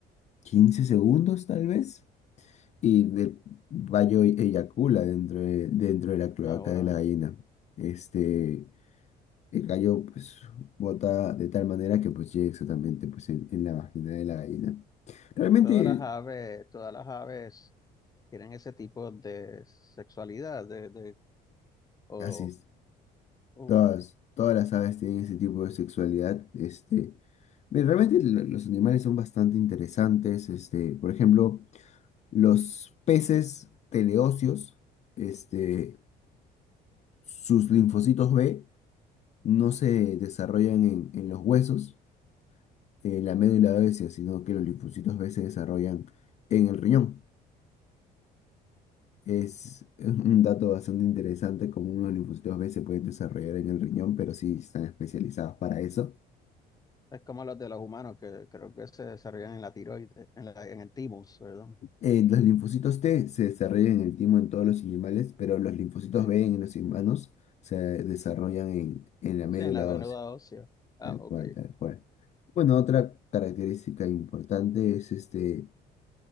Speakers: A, on the left; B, on the left.
A: 15 segundos tal vez, y el gallo eyacula dentro de, dentro de la cloaca
B: No, wow.
A: de la gallina. Este, el gallo pues bota de tal manera que pues llega exactamente pues en, en la vagina de la gallina. Realmente
B: Todas las aves, todas las aves tienen ese tipo de sexualidad, de, de, o,
A: así es.
B: o,
A: Todas, todas las aves tienen ese tipo de sexualidad. Este, ve, realmente lo- los animales son bastante interesantes. Este, por ejemplo, los peces teleóseos, este, sus linfocitos B no se desarrollan en, en los huesos, en la médula ósea, sino que los linfocitos B se desarrollan en el riñón. Es un dato bastante interesante, como unos linfocitos B se pueden desarrollar en el riñón, pero sí están especializados para eso.
B: Es como los de los humanos que creo que se desarrollan en la tiroides, en la- en el timus, perdón.
A: Eh, los linfocitos T se desarrollan en el timo en todos los animales, pero los linfocitos
B: Sí,
A: B en los humanos se desarrollan en, en la médula
B: sí, en la venuda
A: ósea,
B: ósea. Ah,
A: tal
B: ok.
A: cual, tal cual. Bueno, otra característica importante es este,